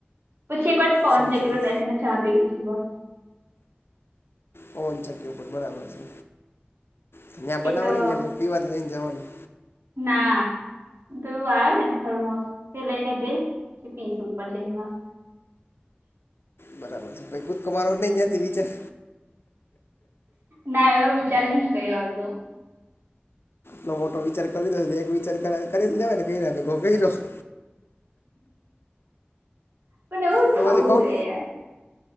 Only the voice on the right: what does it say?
પછી એક વાર પહોંચ
એક બેસેસાને ચા પી ગઈ છે બસ.
એ તો
ના. દું આવે ને થર્મોસ તે લઈને જઈશ પીસ ઉપર જઈમાં.
ના એવા વિચાર નહી કરી રહ્યો છો.
પણ એવું
થાવું
જોઈએ.